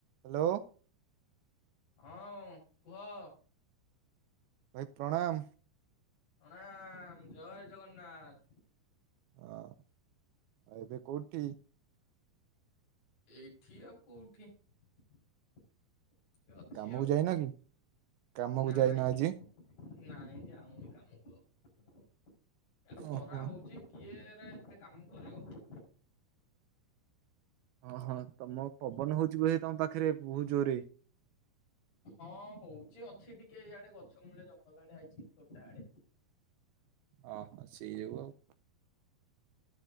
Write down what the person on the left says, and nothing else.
<unintelligible> କୁହ।
ପ୍ରଣାମ ଜୟେ ଜଗନ୍ନାଥ।
ଏଇଠି ଆଉ କୋଉଠି? <unintelligible> ଅଛି
ଆଉ
ନାଇଁ
ନାଇଁ ଯାଉନି କାମକୁ ଆଉ। ଏ ଖରା
ହଉଚି କିଏ ଏରା ଏତେ କାମ କରିବ?
ହଁ ହଉଚି ଅଛି ଟିକେ ଇଆଡେ ଗଛ ମୂଳେ ଜଙ୍ଗଲ ଆଡେ ଆଇଚି ତୋଟା ଆଡେ।